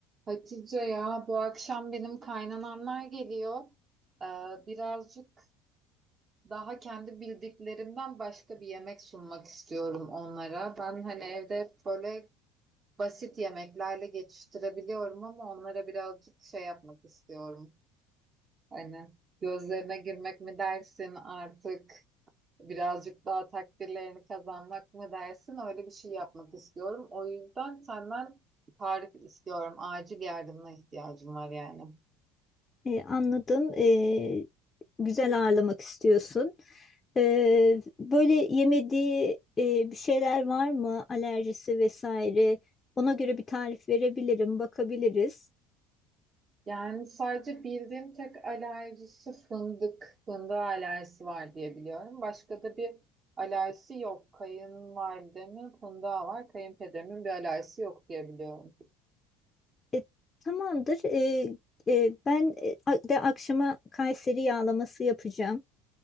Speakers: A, on the right (about 35°); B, on the left (about 30°).
A: Hatice ya bu akşam benim kaynanamlar geliyor. Ee, birazcık daha kendi bildiklerimden başka bir yemek sunmak istiyorum onlara. Ben hani evde hep böyle basit yemeklerle geçiştirebiliyorum ama onlara birazcık şey yapmak istiyorum. Hani gözlerine girmek mi dersin artık birazcık daha takdirlerini kazanmak mı dersin öyle bir şey yapmak istiyorum. O yüzden senden tarif istiyorum. Acil yardımına ihtiyacım var yani.
B: E, anladım. E, güzel ağırlamak istiyorsun. E, böyle yemediği e, bir şeyler var mı? Alerjisi vesaire. Ona göre bir tarif verebilirim, bakabiliriz.
A: Yani sadece bildiğim tek alerjisi fındık. Fındığı alerjisi var diye biliyorum. Başka da bir alerjisi yok. Kayınvalidemin fındığa var. Kayınpederimin bir alerjisi yok diye biliyorum.
B: E, tamamdır. E, e, ben e, a- de akşama Kayseri yağlaması yapacağım.